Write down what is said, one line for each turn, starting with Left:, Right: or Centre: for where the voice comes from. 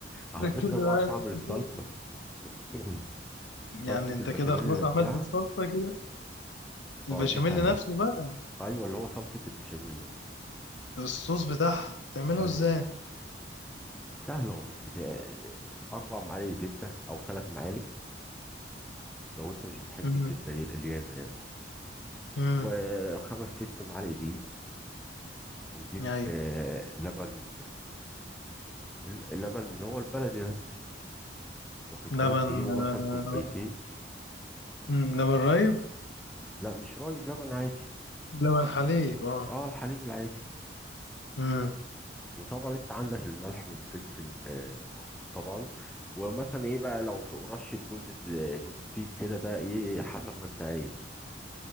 Centre: على
Left: ركزي
Centre: فكره بعرف
Left: معايا في
Centre: اعمل
Left: التفاصيل.
Centre: الصلصه <laughs>
Left: يعني
Centre: صلصه
Left: انت
Centre: البشاميل
Left: كده خلاص
Centre: نفسها
Left: عملت الصلصة كده البشاميل
Centre: اه دي سهله
Left: نفسه بقى
Centre: ايوه اللي هو صلصه البشاميل اه
Left: الصوص بتاعها تعمله
Centre: ايوه
Left: ازاي
Centre: اه سهله والله ده اربع معالق زبده او ثلاث معالق لو انت مش بتحب
Left: امم
Centre: الزبده هي اليامه يعني
Left: امم
Centre: وخمس ست معالق دي ونجيب
Left: يعني
Centre: آه، لبن اللبن اللي هو البلدي ده واخد
Left: لبن
Centre: بالك نجيبه
Left: آه،
Centre: مثلا كوبايتين
Left: مم. لبن رايب
Centre: لا مش رايب لبن عادي
Left: لبن حليب اه
Centre: اه الحليب العادي
Left: امم
Centre: وطبعا انت عندك الملح والفلفل آه، موجود طبعا ومثلا ايه بقى لو في رشة جوز آه، جوز تيب كده ده ايه حسب ما انت عايز